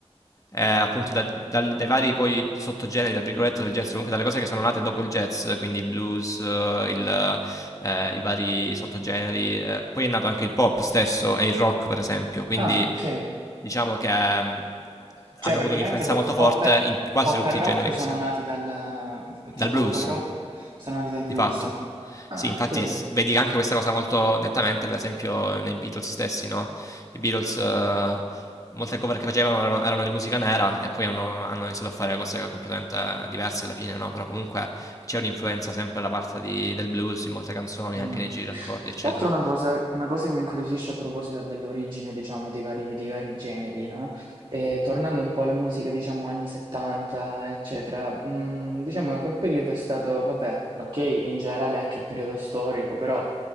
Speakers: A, on the left; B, on the right.
A: eh, appunto da- dal- dai vari poi sottogeneri, tra virgolette, del jazz, comunque dalle cose che sono nate dopo il jazz, quindi il blues, eh, il, eh, i vari sottogeneri, eh, poi è nato anche il pop stesso e il rock per esempio, quindi
B: Ah, ok.
A: diciamo che... mm,
B: Cioè
A: hanno
B: praticamente
A: avuto un'influenza
B: po-
A: molto
B: pop,
A: forte
B: e-
A: in quasi
B: pop
A: tutti
B: e rock
A: i generi che
B: sono
A: si...
B: nati dal... cioè
A: Dal
B: pop
A: blues,
B: e rock sono nati dal
A: di
B: blues.
A: fatto.
B: Ah,
A: Sì, infatti
B: ok.
A: s- vedi anche questa cosa molto nettamente, per esempio, nei Beatles stessi, no? I Beatles, eh, molte cover che facevano erano, erano di musica nera e poi hanno, hanno iniziato a fare cose completamente diverse alla fine, no? Però comunque c'è un'influenza sempre da parte di- del blues in molte canzoni,
B: Mm.
A: anche nei giri d'accordi,
B: Più
A: eccetera.
B: che altro una cosa, una cosa che mi incuriosisce a proposito dell'origine, diciamo, dei vari, dei vari generi, no? E tornando un po' alla musica, diciamo, anni 70, eccetera, mm, diciamo che quel periodo è stato, vabbè, ok, in generale anche il periodo storico, però